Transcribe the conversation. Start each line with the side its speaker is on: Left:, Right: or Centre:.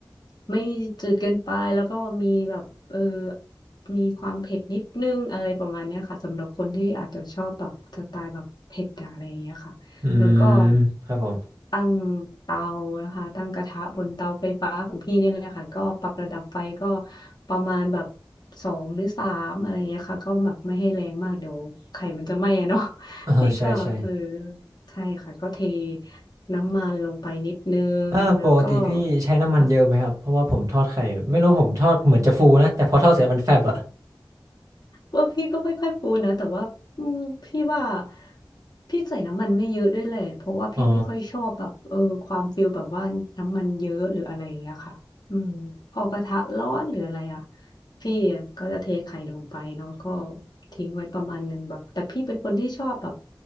Left: ไม่จืดเกินไปแล้วก็มีแบบเออมีความเผ็ดนิดนึงอะไรประมาณเนี้ยค่ะสำหรับคนที่อาจจะชอบแบบสไตล์แบบเผ็ดอะอะไรอย่างเงี้ยค่ะแล้วก็
Right: อืมครับผม
Left: ตั้งเตานะคะตั้งกระทะบนเตาไฟฟ้าของพี่นี่เลยค่ะก็ปรับระดับไฟก็ประมาณแบบสองหรือสามอะไรอย่างเงี้ยค่ะก็แบบไม่ให้แรงมากเดี๋ยวไข่มันจะไหม้อะเนาะ
Right: เออใช่ใช่
Left: พี่ก็เออ ใช่ค่ะก็เทน้ำมันลงไปนิดนึงแล้วก็
Right: เออปกติพี่ใช้น้ำมันเยอะไหมครับเพราะว่าผมทอดไข่ไม่รู้ผมทอดเหมือนจะฟูนะแต่พอทอดเสร็จมันแฟบอะ
Left: ค่ะ ว่าพี่ก็ไม่ค่อยปูนะแต่ว่าอืมพี่ว่าพี่ใส่น้ำมันไม่เยอะด้วยแหละเพราะว่าพี่ไม่ค่อยชอบแบบเออความฟิลแบบว่าน้ำมันเยอะหรืออะไรอย่างเงี้ยค่ะอืมพอกระทะร้อนหรืออะไรอ่ะ
Right: อ๋อ
Left: พี่ก็จะเทไข่ลงไปเนาะก็ทิ้งไว้ประมาณหนึ่งแบบแต่พี่เป็นคนที่ชอบแบบ